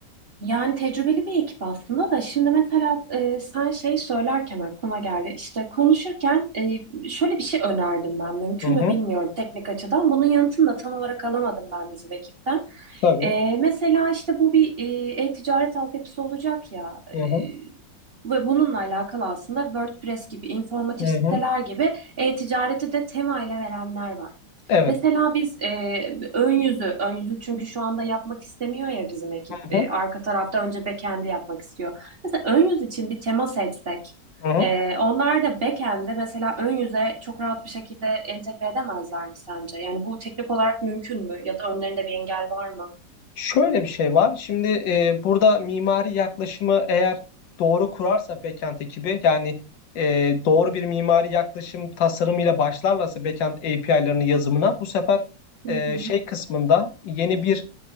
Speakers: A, on the right (about 35°); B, on the left (about 90°).
A: Yani tecrübeli bir ekip aslında da şimdi mesela e, sen şey söylerken aklıma geldi. İşte konuşurken e, şöyle bir şey önerdim ben mümkün
B: Hı hı.
A: mü bilmiyorum teknik açıdan. Bunun yanıtını da tam olarak alamadım ben bizim ekipten.
B: Tabii.
A: E, mesela işte bu bir e, e-ticaret altyapısı olacak ya. E,
B: Hı hı.
A: ve bununla alakalı aslında WordPress gibi, informatif
B: Hı
A: siteler
B: hı.
A: gibi e-ticareti de tema ile verenler var.
B: Evet.
A: Mesela biz e, ön yüzü, ön yüzü çünkü şu anda yapmak istemiyor ya bizim ekip.
B: Hı hı.
A: E, arka tarafta önce backend'i yapmak istiyor. Mesela ön yüz için bir tema seçsek,
B: Hı hı.
A: e, onlar da backend'e mesela ön yüze çok rahat bir şekilde entegre edemezler mi sence? Yani bu teknik olarak mümkün mü? Ya da önlerinde bir engel var mı?
B: Şöyle bir şey var. Şimdi e, burada mimari yaklaşımı eğer doğru kurarsa backend ekibi yani e, doğru bir mimari yaklaşım tasarımıyla başlarlarsa backend API'larının yazımına bu sefer e,
A: Hı hı.
B: şey kısmında yeni bir